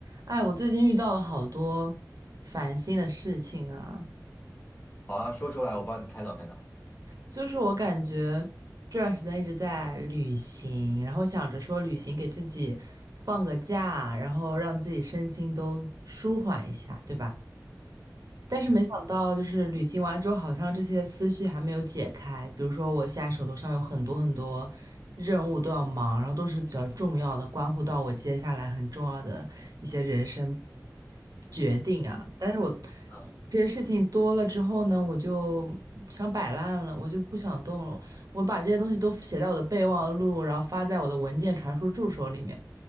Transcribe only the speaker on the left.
好啊，说出来，我帮你开导开导。
嗯
嗯
嗯，